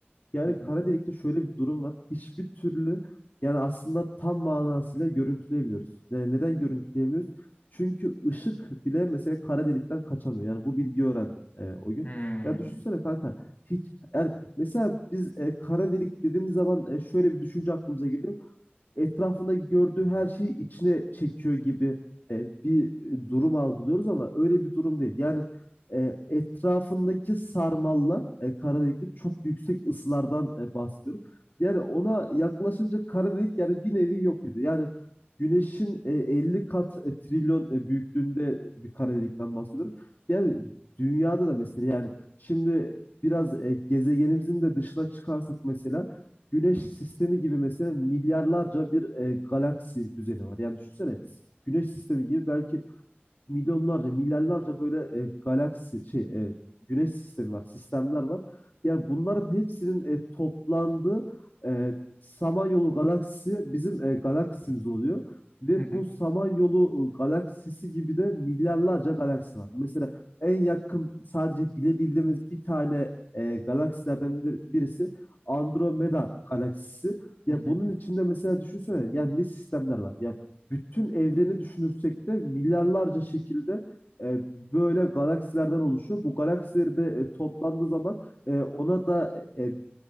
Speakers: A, on the left; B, on the left.
A: Yani
B: hı hı.
A: kara delikte şöyle bir durum var. Hiçbir türlü yani aslında tam manasıyla görüntüleyemiyoruz. Yani neden görüntüleyemiyoruz? Çünkü ışık bile mesela kara delikten kaçamıyor. Yani bu bilgiyi öğrendim e, o gün.
B: Hmm.
A: Ya düşünsene kanka hiç yani mesela biz e, kara delik dediğimiz zaman e, şöyle bir düşünce aklımıza geliyor etrafında gördüğü her şeyi içine çekiyor gibi e, bir e, durum algılıyoruz ama öyle bir durum değil. Yani e, etrafındaki sarmallar e, kara delikte çok yüksek ısılardan e, bahsediyorum. Yani ona yaklaşınca kara delik yani bir nevi yok ediyor. Yani Güneş'in e, 50 kat e, trilyon e, büyüklüğünde bir kara delikten bahsediyorum. Yani dünyada da mesela yani şimdi biraz e, gezegenimizin de dışına çıkarsak mesela Güneş sistemi gibi mesela milyarlarca bir e, galaksi düzeni var. Yani düşünsene Güneş sistemi gibi belki milyonlarca, milyarlarca böyle e, galaksi şey e, güneş sistemi var, sistemler var. Yani bunların hepsinin e, toplandığı e, Samanyolu galaksisi bizim e, galaksimiz oluyor. Ve
B: Hı hı,
A: bu Samanyolu e, galaksisi gibi de milyarlarca galaksi var. Mesela en yakın sadece bilebildiğimiz bir tane e, galaksilerden bir- birisi Andromeda galaksisi. Ya
B: hı hı,
A: bunun içinde mesela düşünsene ya ne sistemler var. Ya bütün evreni düşünürsek de milyarlarca şekilde e, böyle galaksilerden oluşuyor. Bu galaksileri de e, toplandığı zaman e, ona da e,